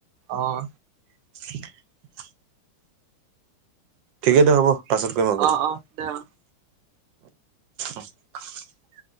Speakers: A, on the right; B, on the right.
A: অ'।
B: <inaudible> ঠিকেই দ হ'ব, পাছত কৰিম আকো।
A: অ অ দে অ
B: অ'।